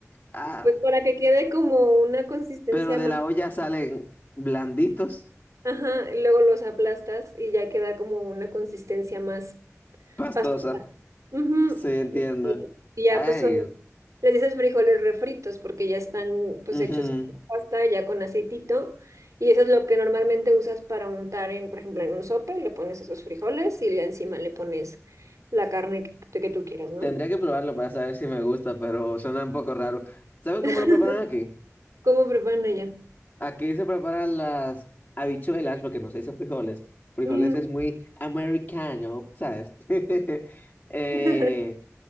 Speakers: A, on the left; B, on the right.
A: Ah,
B: pues para que quede como una consistencia
A: pero de
B: más,
A: la olla salen blanditos,
B: ajá, y luego los aplastas y ya queda como una consistencia más
A: pastosa.
B: pastosa. Ujú.
A: Sí, entiendo.
B: Y y ya
A: Ay,
B: pues son, le dices frijoles refritos porque ya están pues
A: ujú.
B: hechos en pasta, ya con aceitito. Y eso es lo que normalmente usas para untar en, por ejemplo, en un sope, le pones esos frijoles y ya encima le pones la carne que, que tú quieras, ¿no?
A: Tendría que probarlo para saber si me gusta, pero suena un poco raro. ¿Sabes
B: <laughs>
A: cómo lo preparan aquí?
B: ¿Cómo preparan allá?
A: Aquí se preparan las habichuelas, porque no se dice frijoles. Frijoles
B: Ujú.
A: es muy americano, ¿sabes? <laughs> Eh,
B: <laughs>